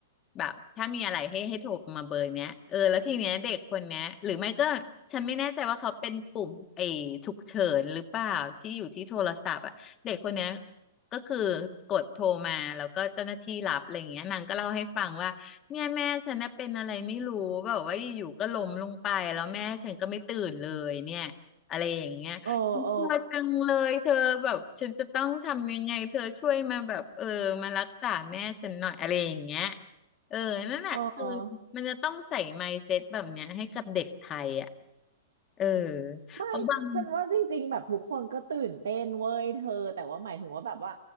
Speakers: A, on the left; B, on the right.
A: แบบถ้ามีอะไรให้ให้โทรมาเบอร์เนี้ยเออแล้วทีเนี้ยเด็กคนเนี้ยหรือไม่ก็ฉันไม่แน่ใจว่าเขาเป็นปุ่มไอ้ฉุกเฉินหรือเปล่าที่อยู่ที่โทรศัพท์อะเด็กคนเนี้ยก็คือกดโทรมาแล้วก็เจ้าหน้าที่รับอะไรอย่างเงี้ยนางก็เล่าให้ฟังว่า เนี่ยแม่ฉันน่ะเป็นอะไรไม่รู้แบบว่าอยู่ๆก็ล้มลงไปแล้วแม่ฉันก็ไม่ตื่นเลยเนี่ยอะไรอย่างเงี้ย
B: โอโอ
A: เธอจังเลยเธอแบบฉันจะต้องทำยังไงเธอช่วยมาแบบเออมารักษาแม่ฉันหน่อยอะไรอย่างเงี้ยเออนั่นแหละคือ
B: โอ
A: มันจะต้องใส่ mindset แบบเนี้ยให้กับเด็กไทยอ่ะเออ
B: ไม่ฉันว่าจริงๆแบบทุกคนก็ตื่นเต้นเว้ยเธอแต่ว่าหมายถึงว่าแบบว่า
A: เพราะบาง